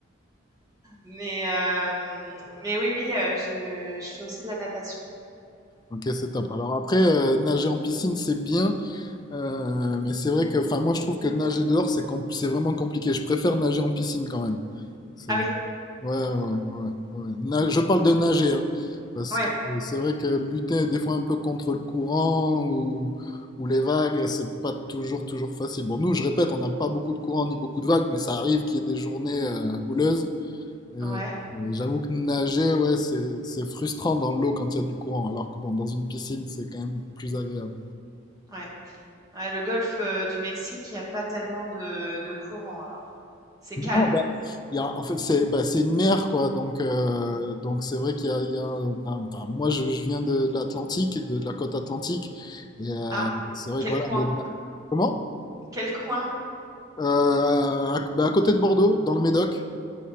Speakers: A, on the right; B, on the left.
A: Mais euh, mais oui oui, euh, je, je fais aussi de la natation.
B: Ok, c'est top. Alors après, euh, nager en piscine, c'est bien, euh, mais c'est vrai que, enfin, moi, je trouve que nager dehors, c'est com- c'est vraiment compliqué. Je préfère nager en piscine quand même. C'est...
A: Ah oui,
B: Ouais, ouais, ouais, ouais. Na- Je parle de nager, hein, parce
A: ouais,
B: que c'est vrai que lutter des fois un peu contre le courant ou, ou les vagues, c'est pas toujours, toujours facile. Bon, nous, je répète, on n'a pas beaucoup de courant ni beaucoup de vagues, mais ça arrive qu'il y ait des journées euh, houleuses. Et, euh,
A: ouais,
B: j'avoue que nager, ouais, c'est, c'est frustrant dans l'eau quand il y a du courant, alors que bon, dans une piscine, c'est quand même plus agréable.
A: ouais. Ouais, le golfe euh, du Mexique, il n'y a pas tellement de, de courant alors. C'est calme.
B: Non, bah, il y a- en fait, c'est bah, c'est une mer, quoi. Donc, euh, donc c'est vrai qu'il y a, il y a un- enfin, moi, je, je viens de, l'Atlantique, de, de la côte atlantique. Et euh,
A: Ah,
B: c'est vrai
A: quel
B: que voilà,
A: coin,
B: les- Comment?
A: quel coin
B: Euh, à, bah, à côté de Bordeaux, dans le Médoc.